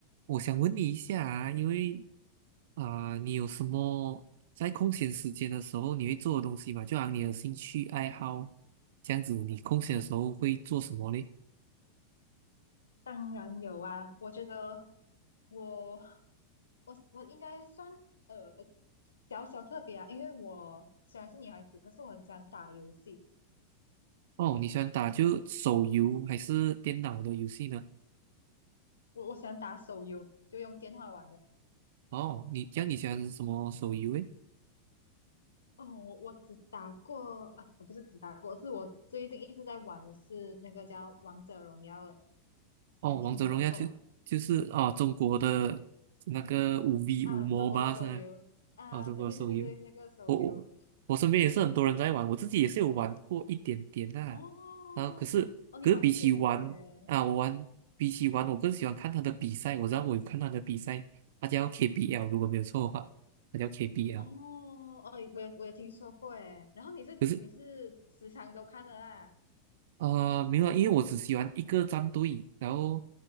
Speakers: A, on the right; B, on the left.
A: 我想问你一下啊，因为啊、呃你有什么在空闲时间的时候你会做的东西嘛？就好像你的兴趣爱好这样子，你空闲的时候会做什么嘞？
B: 当然有啊，我觉得我我我应该算呃小小特别啊，因为我虽然是女孩子，可是我很喜欢打游戏，
A: 哦，你喜欢打就手游还是电脑的游戏呢？
B: 我我喜欢打手游，就用电话玩的。
A: 哦，你这样你喜欢什么手游诶？
B: 哦，我我只打过啊，我不是只打过，是我最近一直在玩的是那个叫《王者荣耀》的，
A: 哦，
B: 你有听说过吗？
A: 王者荣耀就就是啊，中国的那个五 V
B: 啊，
A: 五 m
B: 中国的手游啊，
A: 吧是吧？哦，中国手游。
B: 对对对对对，那个手游
A: 我我我身边也是很多人在玩，我自己也是有玩过一点点啦、
B: 哦哦，
A: 然后可是可是比起玩啊，
B: 你玩一点点
A: 我玩比起玩，我更喜欢看他的比赛。我知道我有看他的比赛，他叫 KBL，如果没有错的话，他叫 KBL。
B: 哦哦，我有我有听说过诶，然后你是你是时常都看的啦，
A: 可是呃，没有啊，因为我只喜欢一个战队，然后